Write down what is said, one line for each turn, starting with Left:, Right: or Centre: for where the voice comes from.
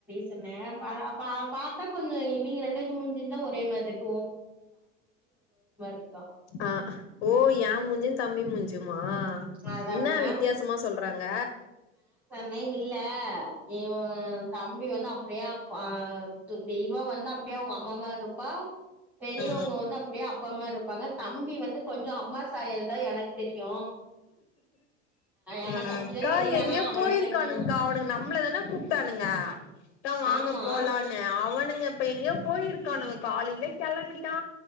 Centre: துன்னே பாலாபா பாத்தா கொஞ்சோ இவிங்க ரெண்டுவேர்த்து மூஞ்சியுந்தா ஒரே மார்ருக் இருக்கா
Left: ஆ ஓ ஏ மூஞ்சியு தம்பி மூஞ்சியும் மா
Centre: அது
Left: என்ன
Centre: அப்டி நா
Left: வித்தியாசமா சொல்றாங்க
Centre: நைன் இல்ல இவ தம்பி வந்து அப்புடியே ஆ பா து தெய்வா வந்து அப்டியே அவங்க அம்மா மார்ருப்பா பெரியவங்க
Left: ஆ
Centre: வந்து அப்டியே அப் ப்பாமார்ருப்பாங்க தம்பி வந்து கொஞ்சோ அம்மா சாயல் தா எனக் தெரியு எனக்கு
Left: ஆ
Centre: அப்டிதா
Left: அக்கா
Centre: தெரியுது
Left: எங்கயோ
Centre: ஆனா அவள
Left: போயிருக்கானுங்க்கா
Centre: கேட்டே
Left: அவனுங்க நம்மளதானே கூப்ட்டானுங்க தா வாங்க
Centre: ஆமா
Left: போலான்னு அவன் னுங்க இப்ப எங்கேயோ போயிருக்கானுங்க காலையிலே கெளம்பிட்டா